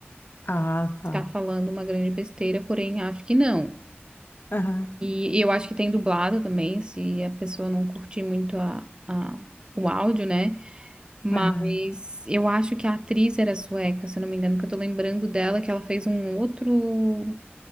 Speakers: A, on the left; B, on the right.
A: Ah, tá.
B: Está falando uma grande besteira, porém acho que não.
A: Aham.
B: E eu acho que tem dublado também, se a pessoa não curtir muito a, a- o áudio, né? Mas
A: Aham.
B: eu acho que a atriz era sueca, se eu não me engano, que eu tô lembrando dela, que ela fez um outro,